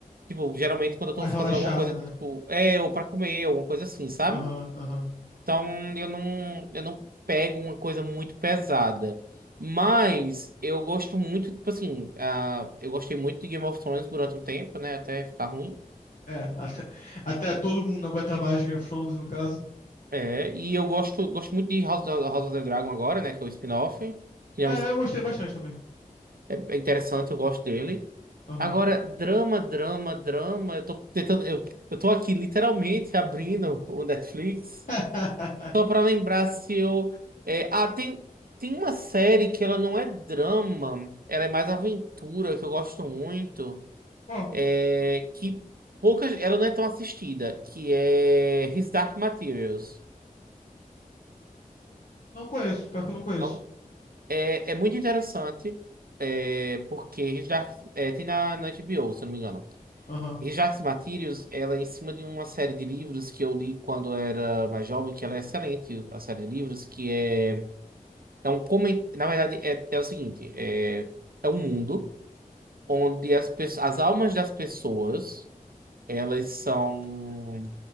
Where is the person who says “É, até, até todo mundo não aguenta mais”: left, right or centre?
Left